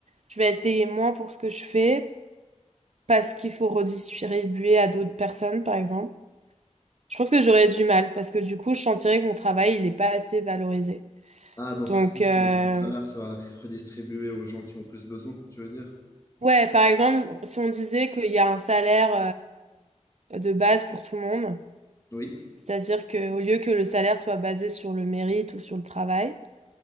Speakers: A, on the right (about 65°); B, on the left (about 25°).
A: je vais être payé moins pour ce que je fais parce qu'il faut redistribuer à d'autres personnes, par exemple. Je pense que j'aurais du mal parce que du coup, je sentirais que mon travail, il n'est pas assez valorisé.
B: Ah, dans
A: Donc,
B: ce sens
A: euh,
B: que le salaire sera redistribué aux gens qui ont plus besoin, tu veux dire?
A: ouais, par exemple, si on disait qu'il y a un salaire euh, de base pour tout le monde,
B: Oui.
A: c'est-à-dire qu'au lieu que le salaire soit basé sur le mérite ou sur le travail,